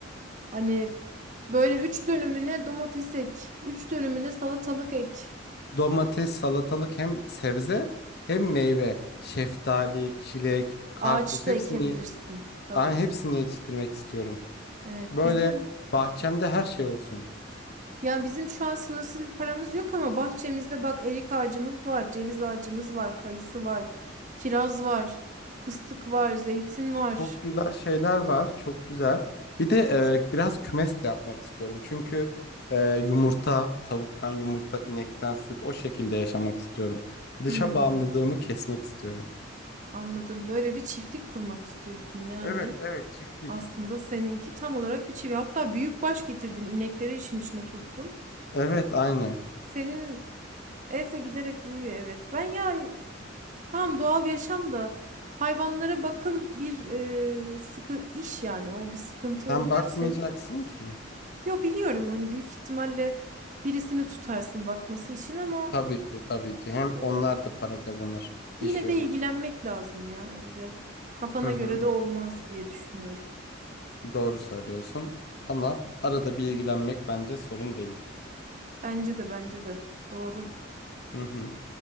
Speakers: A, on the right (about 40°); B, on the left (about 55°).
A: Hani böyle 3 dönümüne domates ek, 3 dönümüne salatalık ek,
B: Domates, salatalık hem sebze hem meyve, şeftali, çilek, karpuz
A: ağaç da
B: hepsini,
A: ekebilirsin tabii.
B: ay, hepsini yetiştirmek istiyorum.
A: Evet
B: Böyle
A: bizim
B: bahçemde her şey olsun.
A: Ya bizim şu an sınırsız bir paramız yok ama bahçemizde bak erik ağacımız var, ceviz ağacımız var, kayısı var, kiraz var, fıstık var, zeytin var.
B: Çok güzel şeyler var. Çok güzel. Bir de
A: Evet.
B: e, biraz kümes de yapmak istiyorum. Çünkü e, yumurta, tavuktan yumurta, inekten süt o şekilde yaşamak istiyorum. Dışa
A: Hmm,
B: bağımlılığımı kesmek istiyorum.
A: anladım. Böyle bir çiftlik kurmak istiyorsun yani.
B: Evet, evet, çiftlik.
A: Aslında seninki tam olarak bir çiftlik. Hatta büyük baş getirdin, inekleri işin içine soktun.
B: Evet, aynen.
A: Senin ev de giderek büyüyor evet. Ben ya Tamam doğal yaşam da hayvanlara bakım bir e, sıkı iş yani o bir sıkıntı
B: Sen
A: olduğu
B: bakmayacaksın
A: için.
B: ki.
A: Yo biliyorum hani büyük ihtimalle birisini tutarsın bakması için ama
B: Tabii ki, tabii ki. Hem
A: e,
B: onlar da para kazanır. İş
A: yine
B: veriyorsun.
A: de ilgilenmek lazım ya öyle. Kafana
B: Hı hı.
A: göre de olmaz diye düşünüyorum.
B: Doğru söylüyorsun. Ama arada bir ilgilenmek bence sorun değil.
A: Bence de bence de doğru.
B: Hı hı.